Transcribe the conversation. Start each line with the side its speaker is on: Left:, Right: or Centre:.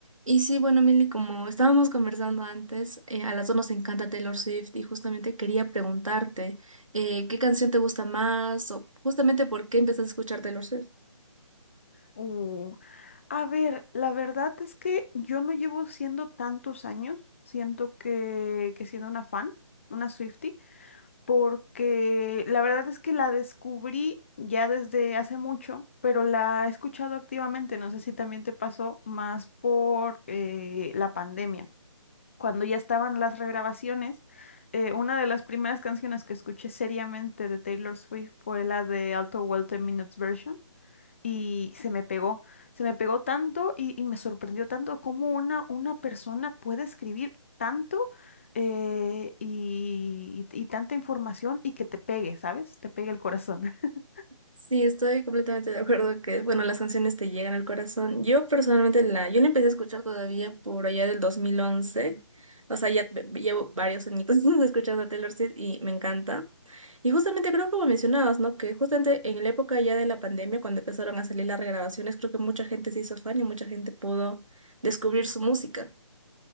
Right: Y sí, bueno, Milly como estábamos conversando antes, eh, a las dos nos encanta Taylor Swift y justamente quería preguntarte, eh, ¿qué canción te gusta más o justamente por qué empezaste a escuchar Taylor Swift?
Left: Uh, a ver, la verdad es que yo no llevo siendo tantos años, siento que, que siendo una fan, una Swiftie, porque la verdad es que la descubrí ya desde hace mucho, pero la he escuchado activamente, no sé si también te pasó más por eh, la pandemia. Cuando ya estaban las regrabaciones, eh, una de las primeras canciones que escuché seriamente de Taylor Swift fue la de Auto Welcome Minutes Version y se me pegó, se me pegó tanto y, y me sorprendió tanto cómo una, una persona puede escribir tanto eh, y, y- y tanta información y que te pegue, ¿sabes? Te pegue el corazón. <laughs>
Right: Sí, estoy completamente de acuerdo que, bueno, las canciones te llegan al corazón. Yo personalmente la, yo la empecé a escuchar todavía por allá del dos mil once, O sea, ya ve- llevo varios añitos <laughs> escuchando a Taylor Swift y me encanta. Y justamente creo como mencionabas, ¿no? Que justamente en la época ya de la pandemia, cuando empezaron a salir las regrabaciones, creo que mucha gente se hizo fan y mucha gente pudo descubrir su música.